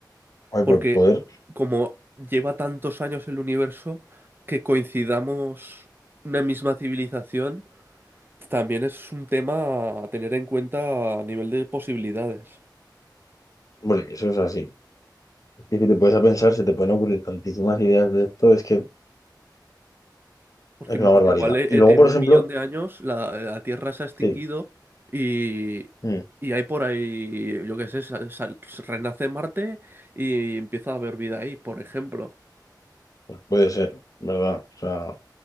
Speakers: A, on the left; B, on the right.
A: ay,
B: Porque
A: por poder,
B: como lleva tantos años el universo, que coincidamos una misma civilización, también es un tema a tener en cuenta a nivel de posibilidades.
A: bueno, eso es así. Es que si te puedes a pensar, se te pueden ocurrir tantísimas ideas de esto, es que es
B: Porque
A: una
B: ima-
A: barbaridad.
B: igual e-
A: Y
B: en,
A: luego,
B: en
A: por
B: un
A: ejemplo,
B: millón de años la, la Tierra se ha extinguido
A: sí,
B: y,
A: mm,
B: y hay por ahí, yo qué sé, sal- sal- renace Marte y empieza a haber vida ahí, por ejemplo.
A: pues puede ser, ¿verdad? O sea,